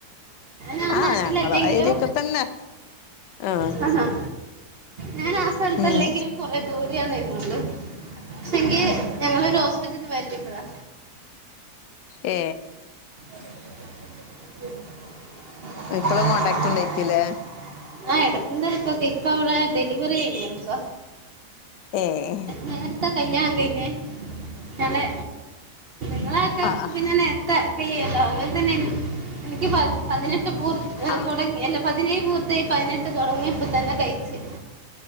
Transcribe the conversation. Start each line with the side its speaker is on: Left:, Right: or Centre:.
Right: നാ
Left: ആഹ്
Right: നാട്ടിലലെങ്കിലും.
Left: ഞങ്ങളും ആ ഏരിയൊക്കെ തന്നെ ആഹ്
Right: ഹ ഹ ഞാൻ ആ സ്ഥലത്ത്തില്ലെങ്കിലും.
Left: ഉം
Right: കൊറേ ദൂരെ ആണേന്നുള്ളും പക്ഷെങ്കി ഞങ്ങളൊരു ഹോസ്പിറ്റലിൽ നിന്ന് വരത്തിട്ടതാ.
Left: ഏ
Right: <unintelligible> <unintelligible>
Left: ഇപ്പളും കോണ്ടാക്ട് ഉണ്ടായിരിക്കൂലേ
Right: പ്പ അവിടെ ഡെലിവറി കഴിഞ്ഞടുക്ക.
Left: ഏഹ്
Right: നേരത്തെ കല്യാണം കഴിഞ്ഞേ ഞളെ ങ്ങള ആൾക്കാർക്ക്പിന്നെ
Left: ആഹ്
Right: നേർത്തേ കയ്യല്ലോ. അതുപോലെ തന്നെ എനി എനിക്ക് പതി പതിനെ <unintelligible>
Left: ആഹ്
Right: തുടങ്ങി അല്ല പതിനേഴ് പൂർത്തി. പതിനെട്ട് തുടങ്ങിയപ്പോ തന്നെ കഴിച്ചു.